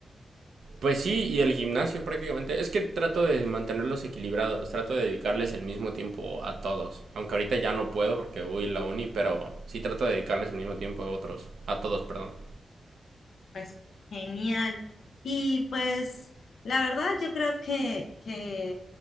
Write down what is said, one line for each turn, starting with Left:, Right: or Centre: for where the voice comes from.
Right: Pues sí, y el gimnasio prácticamente. Es que trato de mantenerlos equilibrados, trato de dedicarles el mismo tiempo a todos. Aunque ahorita ya no puedo porque voy a la uni, pero sí trato de dedicarles el mismo tiempo a otros, a todos, perdón.
Left: pues genial. Y pues la verdad yo creo que, que